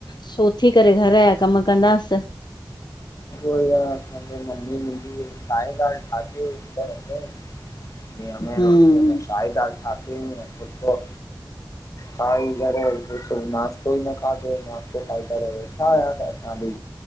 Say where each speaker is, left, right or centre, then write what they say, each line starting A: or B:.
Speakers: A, on the left; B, on the left.
A: सो उथी करे घर जा कम कंदासि।
B: उई आ असांजे मम्मी मुंहिंजी काई ॻाल्हि ठाती हुई ॾींह
A: हम्म
B: में रोटी में साई दाल ठाती हुई फुलकों खाई करे। सुबु नाश्तो ई न खाधो नाश्तो खाई करे वेठा हुयासी अंसा भी